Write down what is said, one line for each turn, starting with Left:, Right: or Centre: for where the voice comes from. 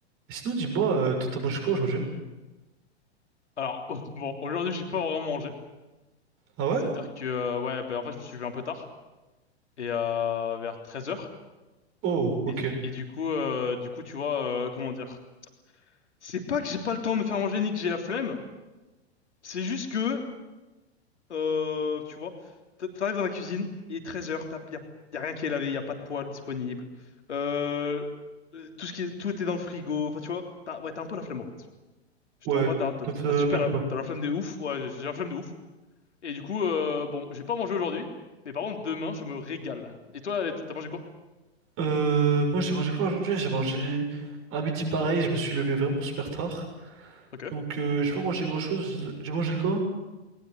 Right: Et Sinon, dis-moi, euh, toi, t'as mangé quoi aujourd'hui?
Left: Alors, <laughs> bon, aujourd'hui, j'ai pas vraiment mangé.
Right: Ah ouais?
Left: Ça veut dire que, euh, ouais, ben, en fait, je me suis levé un peu tard. Et euh, vers 13 heures
Right: Oh, ok.
Left: Et, du- et du coup, euh, du coup, tu vois, euh, comment dire? C'est pas que j'ai pas le temps de me faire manger ni que j'ai la flemme. C'est juste que, euh, tu vois, t- t'arrives dans la cuisine, il est 13h, y a, y a rien qui est lavé, y a pas de poêle disponible. Euh, euh, tout ce qui est, tout était dans le frigo. Enfin, tu vois, t'as, ouais, t'as un peu la flemme, en fait. Je
Right: Ouais,
Left: te mens pas, t'as, t'as,
Right: ça me faisait
Left: t'as super
Right: la peine,
Left: la,
Right: quoi.
Left: t'as la flemme de ouf. Ouais, j'ai j'ai la flemme de ouf. Et du coup, euh, bon, j'ai pas mangé aujourd'hui, mais par contre, demain, je me régale. Et toi, t'as mangé quoi?
Right: Euh, moi, j'ai mangé quoi aujourd'hui? J'ai mangé à midi pareil, je me suis levé vraiment super tard.
Left: Ok.
Right: Donc, euh, j'ai pas mangé grand-chose. J'ai j'ai mangé quoi?